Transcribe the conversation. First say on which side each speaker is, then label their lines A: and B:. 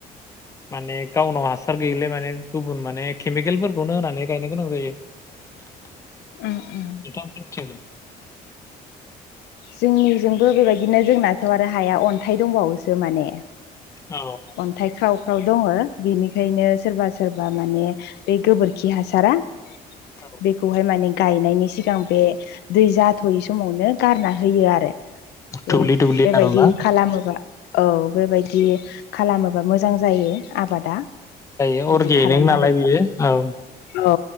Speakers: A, on the left; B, on the left.
A: माने गावनाव हासार गैयिलाय माने गुबुन माने केमिकेलफोरखौनो होनानै गायनो गोनां जायो। <inaudible>
B: उम
A: <unintelligible>
B: जोंनि ओजोंबो बेबायदिनो जोंनाथ' आरो हाया अन्थाइ दंबावोसो माने।
A: औ
B: अन्थाइ ख्राव ख्राव दङो बेनिखायनो सोरबा सोरबा माने बे गोबोरखि हासारा बे
A: औ
B: बेखौहाय माने गायनायनि सिगां बे दै जाथ'यै समावनो गारना होयो आरो। बे
A: दुब्लि दुब्लि
B: बेबायदि
A: आरोना
B: खालामोबा औ बेबायदि खालामोबा मोजां जायो आबादा।
A: जायो
B: बिदि
A: अर्गेनिक
B: खालामो
A: नालाय
B: आरो औ
A: बेयो औ।
B: औ